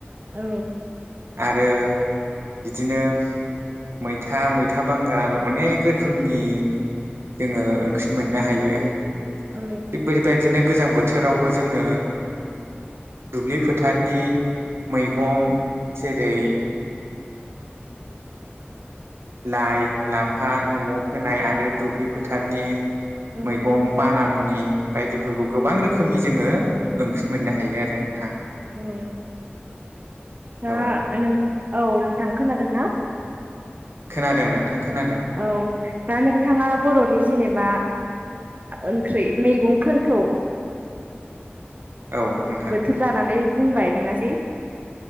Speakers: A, on the right; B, on the right.
A: औ
B: आरो बिदिनो मैथा मैथा बांगाल अनेक रोखोमनि जोङो ओंख्रि मोननो हायो <inaudible>
A: औ
B: <inaudible> गोजां बोथोर बोथोरावबो जोङो दुब्लि फोथारनि मैगं जेरै लाइ लाफा न'आव फोनाय आरो दुब्लि फोथारनि
A: औ
B: मैगं मानामुनि बायदिफोरखौ गोबां रोखोम रोखोमनि जोङो ओंख्रि मोननो हायो आरो नोंथां
A: औ दा
B: औ
A: नोंथाङा औ नोंथां खोनादों ना
B: खोनादों नोंथां खोनादों
A: औ दा नोंथाङा बर'नि जेनेबा ओंख्रि मैगंफोरखौ
B: औ नोंथां
A: बोथोर लानानै बुंबाय लेङासै।